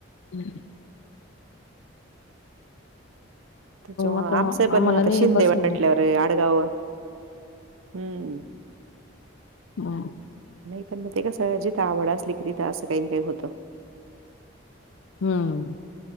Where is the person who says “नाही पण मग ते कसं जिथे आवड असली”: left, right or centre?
Right